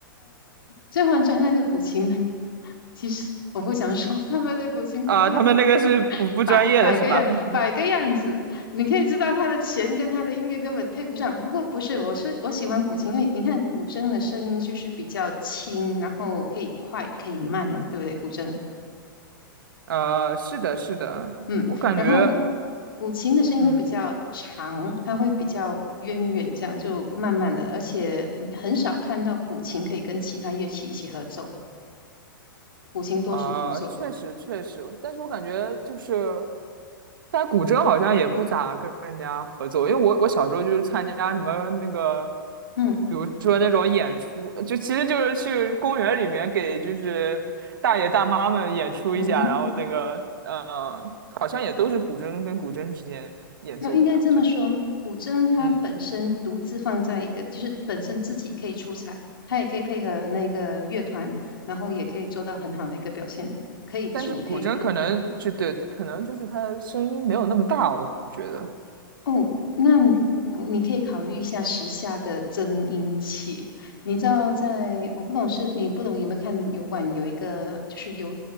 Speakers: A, on the left (about 75°); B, on the right (about 70°).
A: 《甄嬛传》那个古琴，<laughs> 其实我不想说他们的古琴不对，
B: 啊，他们那个是不不专业的是吧？
A: 摆摆个样，
B: <laughs>
A: 摆个样子，你可以知道他的弦跟他的音乐根本配不上。不过不是，我说我喜欢古琴，因为你看古筝的声音就是比较轻，然后可以快可以慢嘛，对不对？古筝。
B: 呃，是的，是的，
A: 嗯，
B: 我感觉，
A: 然后古琴的声音会比较长，
B: 嗯，
A: 它会比较渊远，这样就慢慢的，而且你很少看到古琴可以跟其他乐器一起合奏，古琴多数独奏。
B: 啊、确实确实，但是我感觉就是但古筝好像也不咋跟人家合作，因为我我小时候就是参加什么那个，
A: 嗯
B: 比如说那种演出，就其实就是去公园里面给就是大爷大妈们演出一下，
A: 嗯哼，
B: 然后那个呃，好像也都是古筝跟古筝之间演奏这样，
A: 那应该这么说，
B: 就
A: 古筝它本身独自放在一个，
B: 嗯，
A: 就是本身自己可以出彩，它也可以配合那个乐团，然后也可以做到很好的一个表现，可以主可以副。
B: 但是古筝可能就对，可能就是它声音没有那么大，我觉得，
A: 哦，那你可以考虑一下时下的增音器。你知道在，我不懂是你不懂有没有看油管有一个就是有